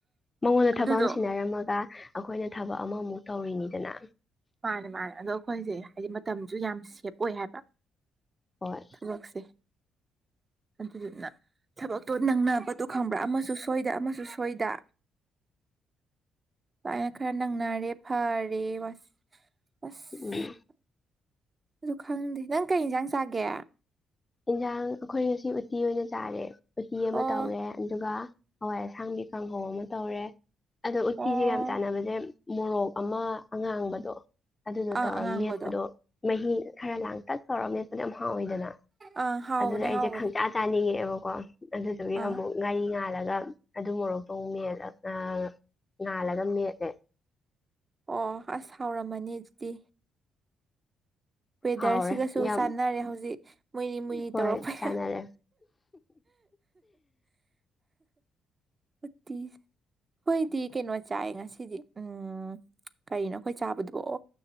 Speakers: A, on the left (about 25°); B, on the right (about 30°).
A: ꯃꯉꯣꯟꯗ
B: ꯑꯗꯨꯗꯣ
A: ꯊꯕꯛ ꯑꯃ ꯁꯤꯟꯅꯔꯝꯃꯒ ꯑꯩꯈꯣꯏꯅ ꯊꯕꯛ ꯑꯃꯃꯨꯛ ꯇꯧꯔꯤꯅꯤꯗꯅ
B: ꯃꯥꯅꯦ ꯃꯥꯅꯦ ꯑꯗꯣ ꯑꯩꯈꯣꯏꯁꯦ ꯍꯥꯏꯗꯤ ꯃꯇꯝꯁꯨ ꯌꯥꯝ ꯁꯦꯞ ꯑꯣꯏ ꯍꯥꯏꯕ
A: ꯍꯣꯏ
B: ꯊꯕꯛꯁꯦ <inaudible> ꯑꯗꯨꯗꯨꯅ ꯊꯕꯛꯇꯣ ꯅꯪꯅꯥ ꯄꯠꯇꯨ ꯈꯪꯕ꯭ꯔꯥ ꯑꯃꯁꯨ ꯁꯣꯏꯗ ꯑꯃꯁꯨ ꯁꯣꯏꯗ ꯗꯥꯏꯅꯥ ꯈꯔ ꯅꯪꯅꯔꯗꯤ ꯐꯔꯦ ꯋꯥꯁ ꯑꯁ
A: ꯎꯝ
B: ꯑꯗꯨ ꯈꯪꯗꯦ ꯅꯪ ꯀꯩ ꯏꯟꯁꯥꯡ ꯆꯥꯒꯦ
A: ꯏꯟꯁꯥꯡ ꯑꯩꯈꯣꯏ ꯉꯁꯤ ꯎꯇꯤ ꯑꯣꯏꯅ ꯆꯥꯔꯦ ꯎꯇꯤ
B: ꯑꯣ
A: ꯑꯃ ꯇꯧꯔꯦ ꯑꯗꯨꯒ ꯍꯋꯥꯏ ꯑꯁꯥꯡꯕꯤ ꯀꯥꯡꯍꯧ ꯑꯃ ꯇꯧꯔꯦ ꯑꯗꯣ ꯎꯠꯇꯤꯁꯤꯒ
B: ꯑꯣ
A: ꯌꯥꯝ ꯆꯥꯟꯅꯕꯁꯦ ꯃꯣꯔꯣꯛ ꯑꯃ ꯑꯉꯥꯡꯕꯗꯣ ꯑꯗꯨꯗꯣ
B: ꯑꯪ
A: ꯇꯧꯔ
B: ꯑꯉꯥꯡꯕꯗꯣ
A: ꯃꯦꯠꯄꯗꯣ ꯃꯍꯤ ꯈꯔ ꯂꯥꯡꯇꯛ ꯇꯧꯔꯃꯦꯠꯄꯗꯨ ꯌꯥꯝ ꯍꯥꯎꯏꯗꯕ
B: ꯑꯪ ꯍꯥꯎꯕꯅꯦ
A: ꯑꯗꯨꯗ ꯑꯩꯁꯦ
B: ꯍꯥꯎꯕꯅꯦ
A: ꯈꯪꯆꯥ ꯆꯥꯅꯤꯡꯉꯦꯑꯦꯕꯀꯣ ꯑꯗꯨꯗꯨꯒꯤ
B: ꯑꯥ
A: ꯑꯃꯨꯛ ꯉꯥꯔꯤ ꯉꯥꯜꯂꯒ ꯑꯗꯨ ꯃꯣꯔꯣꯛꯇꯨ ꯑꯃꯨꯛ ꯃꯦꯠꯂ ꯉꯥꯜꯂ ꯉꯥꯜꯂꯒ ꯃꯦꯠꯂꯦ
B: ꯑꯣ ꯑꯁ ꯍꯥꯎꯔꯝꯃꯅꯤ ꯑꯗꯨꯗꯤ ꯋꯦꯗꯔꯁꯤꯒꯁꯨ
A: ꯍꯥꯎꯔꯦ ꯌꯥꯝ
B: ꯆꯥꯟꯅꯔꯦ ꯍꯧꯖꯤꯛ ꯃꯨꯏꯔꯤ ꯃꯨꯏꯔꯤ
A: ꯍꯣꯏ
B: ꯇꯧꯔꯛꯄꯩꯔꯥ
A: ꯆꯥꯟꯅꯔꯦ
B: ꯎꯠꯇꯤꯖ ꯑꯩꯈꯣꯏꯗꯤ ꯀꯩꯅꯣ ꯆꯥꯏ ꯉꯁꯤꯗꯤ ꯎꯝ ꯀꯔꯤꯅꯣ ꯑꯩꯈꯣꯏ ꯆꯥꯕꯗꯨꯕꯨ ꯑꯣ